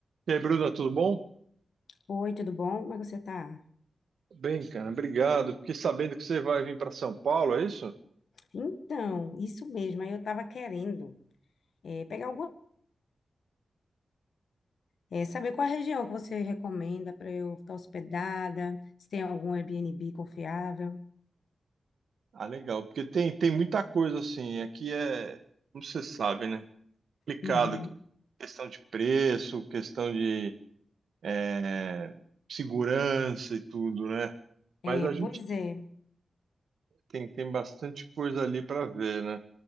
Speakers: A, on the right; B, on the left.
A: E aí, Bruna, tudo bom?
B: Oi, tudo bom? Como é que você tá?
A: Bem, cara, obrigado. Fiquei sabendo que você vai vir para São Paulo, é isso?
B: Então, isso mesmo. Aí eu tava querendo eh, pegar alguma, eh, saber qual a região que você recomenda para eu ficar hospedada, se tem algum Airbnb confiável.
A: Ah, legal, porque tem, tem muita coisa assim. Aqui é, como você sabe, né? Complicado,
B: Uhum.
A: questão de preço, questão de é, segurança e tudo, né? Mas
B: É,
A: a gente
B: pois é.
A: tem, tem bastante coisa ali para ver, né?